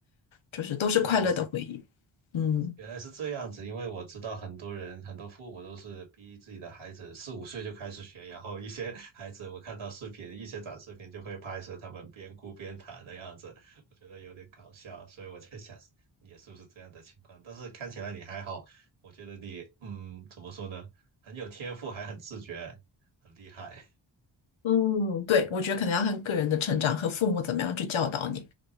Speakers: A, on the left; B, on the right.
A: 就是都是快乐的回忆。
B: 原来是。
A: 嗯
B: 原来是这样子，因为我知道很多人，很多父母都是逼自己的孩子四五岁就开始学，然后一些 <laughs> 孩子我看到视频，一些短视频就会拍摄他们边哭边弹的样子，我觉得有点搞笑，所以我在想你也是不是这样的情况？但是看起来你还好，我觉得你嗯，怎么说呢，很有天赋，还很自觉，很厉害。<laughs>
A: 嗯，对，我觉得可能要看个人的成长和父母怎么样去教导你。